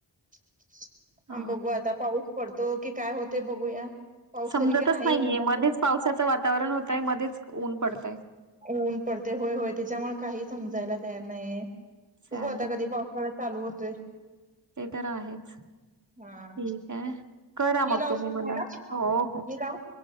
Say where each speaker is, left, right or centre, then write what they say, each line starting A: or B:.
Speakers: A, on the right; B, on the right.
A: <inaudible>
B: अ
A: बघू आता पाऊस. पडतो की काय होते बघूया? पाऊस
B: समजतच
A: तरी काय नाही
B: नाहीये
A: ऊनच
B: मध्येच
A: आहे.
B: पावसाचं वातावरण होतय मध्येच ऊन पडतंय.
A: ऊन पडते होय होय त्याच्यामुळे काहीच समजायला तयार नाहीय. बघू
B: चालेल
A: आता कधी पावसाळ्यात चालू होतोय.
B: ते तर आहेच, ठीक
A: हा
B: आहे. करा
A: मी
B: मग
A: लावू
B: तुम्ही
A: का तुम्हाला
B: मला हो हो
A: मी लावू